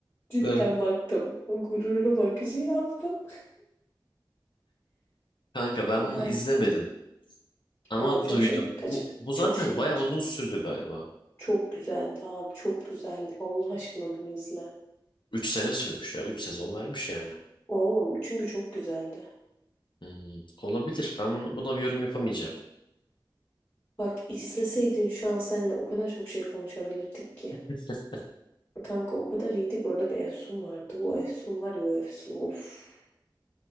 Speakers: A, on the left; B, on the left.
A: Cidden
B: De.
A: baktım. O gururlu bakışı yaptım.
B: Kanka ben
A: O
B: bunu
A: hayat
B: izlemedim
A: benim.
B: ama
A: Abi çok
B: duydum.
A: şey kaçır.
B: Bu, bu zaten
A: Çok şey
B: bayağı
A: kaçır.
B: uzun sürdü galiba.
A: Çok güzeldi abi. Çok güzeldi. Allah aşkına bunu izle.
B: 3 sene sürmüş ya. 3 sezon vermiş yani.
A: Oğlum çünkü çok güzeldi.
B: Hmm, olabilir. Ben bunu, buna bir yorum yapamayacağım.
A: Bak izleseydin şu an seninle o kadar çok şey konuşabilirdik ki.
B: <laughs>
A: Kanka o kadar iyiydik orada bir Efsun vardı. O Efsun var ya o Efsun. Of.